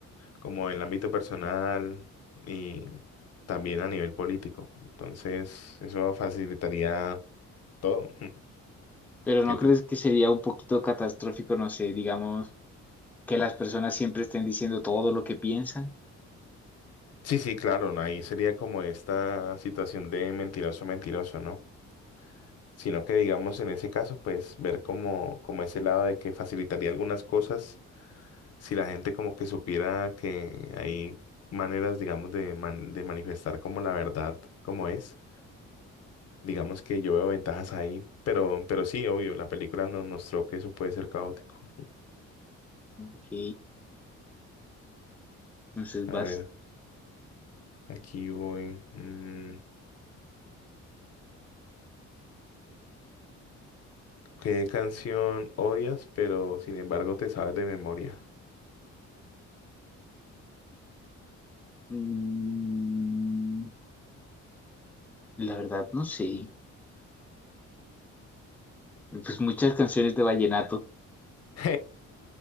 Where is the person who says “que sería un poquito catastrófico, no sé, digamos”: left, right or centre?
Centre